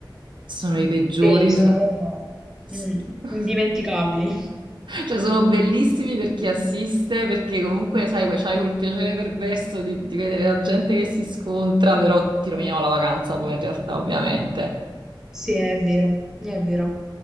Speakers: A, on the right (about 70°); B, in the centre.
A: sono i peggiori.
B: Sì, sono
A: so-
B: proprio
A: s-
B: Mm,
A: <laughs>
B: Indimenticabili.
A: Cioè, sono bellissimi per chi assiste, perché comunque, sai, que- c'hai quel piacere perverso di, di vedere la gente che si scontra, però ti rovinano la vacanza poi in realtà, ovviamente.
B: Sì, è vero, è vero.